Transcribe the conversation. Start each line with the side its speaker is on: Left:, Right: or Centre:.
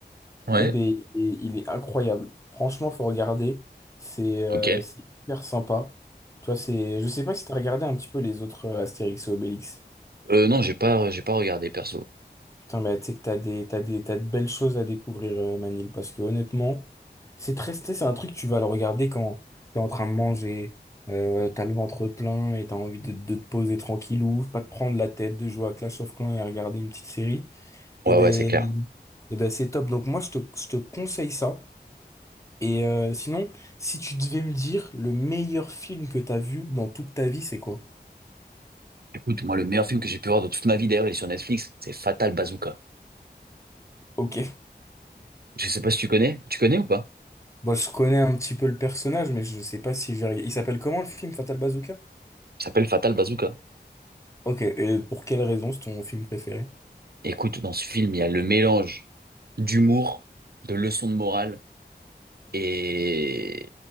Right: Ouais.
Left: Et ben, il est, il est incroyable. Franchement, faut regarder. C'est euh,
Right: Ok.
Left: c'est hyper sympa. Tu vois, c'est... Je sais pas si tu as regardé un petit peu les autres euh, Astérix et Obélix.
Right: Euh, non, j'ai pas, j'ai pas regardé perso.
Left: Putain, bah, tu sais que t'as des, t'as des, t'as de belles choses à découvrir, euh, Manil, parce que honnêtement, c'est très, c'est un truc, tu vas le regarder quand t'es en train de manger, euh, t'as le ventre plein et t'as envie de, de te poser tranquillou, pas te prendre la tête, de jouer à Clash of Clans et à regarder une petite série.
Right: Ouais,
Left: Et ben,
Right: ouais, c'est clair.
Left: et ben, c'est top. Donc moi, je te, je te conseille ça. Et euh, sinon, si tu devais me dire le meilleur film que t'as vu dans toute ta vie, c'est quoi?
Right: Écoute, moi, le meilleur film que j'ai pu voir de toute ma vie, d'ailleurs, il est sur Netflix, c'est Fatal Bazooka.
Left: Ok.
Right: Je sais pas si tu connais. Tu connais ou pas?
Left: Bon, je connais un petit peu le personnage, mais je sais pas si je vais... Il s'appelle comment le film Fatal Bazooka?
Right: Il s'appelle Fatal Bazooka.
Left: Ok, et pour quelle raison c'est ton film préféré?
Right: Écoute, dans ce film, il y a le mélange d'humour, de leçons de morale, et